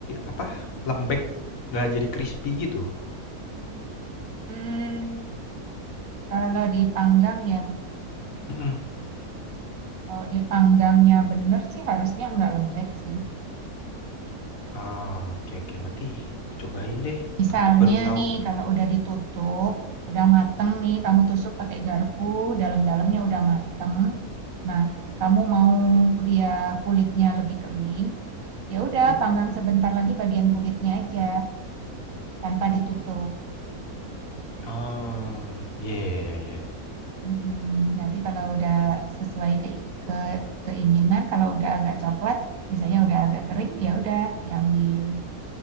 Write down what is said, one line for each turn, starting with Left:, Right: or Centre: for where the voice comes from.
Left: apa? Lembek, nggak jadi crispy gitu.
Right: Hmm, kalau dipanggang ya,
Left: Mm-mm.
Right: kalau dipanggangnya bener sih harusnya nggak lembek sih.
Left: Ah, oke oke nanti aku cobain deh.
Right: Misalnya
Left: Tutup baru tahu
Right: nih,
Left: tuh.
Right: kalau udah ditutup, udah mateng nih, kamu tusuk pakai garpu, dalam-dalamnya udah mateng. Nah, kamu mau dia kulitnya lebih kering, ya udah
Left: Hmm?
Right: panggang sebentar lagi bagian kulitnya aja, tanpa ditutup.
Left: Oh, ya ya ya. iya.
Right: Mm-mm. Nanti kalau udah sesuai ke, ke keinginan, kalau udah agak coklat, misalnya udah agak kering, ya udah diambil